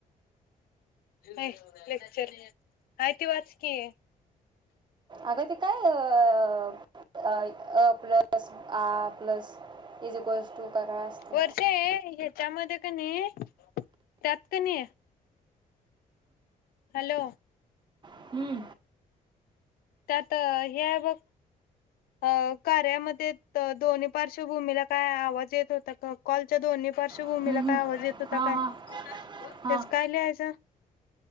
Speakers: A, on the left; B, on the right.
A: अय लेक्चर आहे ते वाच की
B: अगं ते काय अ अ प्लस आ प्लस इजिकवास टू काय काय असते
A: वर्षें ह्याच्यामध्ये का नाही त्यात क नाही हॅलो
B: हम्म
A: त्यात हे आहे बघ अ कार्यामध्ये द दोन्ही पार्श्वभूमीला काय आवाज येत होता का, कॉलच्या दोन्ही पार्श्वभूमीला
B: हम्म.
A: काय आवाज येत होता
B: हा
A: काय
B: हा
A: तेच
B: हा
A: काय लिहायचं <inaudible>